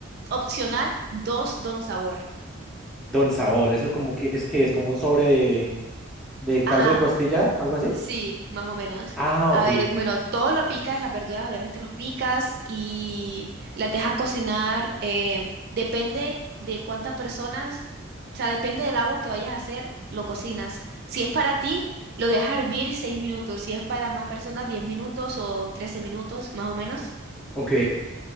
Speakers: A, on the right (about 50°); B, in the centre.
A: opcional, dos don sabor.
B: Don Sabor, eso como que es que es como un sobre de, de
A: Ajá.
B: caldo de costilla, algo así.
A: Sí, más o menos.
B: Ah,
A: A
B: ok.
A: ver, bueno, todo lo picas, las verduras obviamente los picas y las dejas cocinar. eh, depende de cuántas personas, o sea, depende del agua que vayas a hacer, lo cocinas. Si es para ti, lo dejas hervir seis minutos. Si es para más personas, 10 minutos o 13 minutos, más o menos.
B: Ok,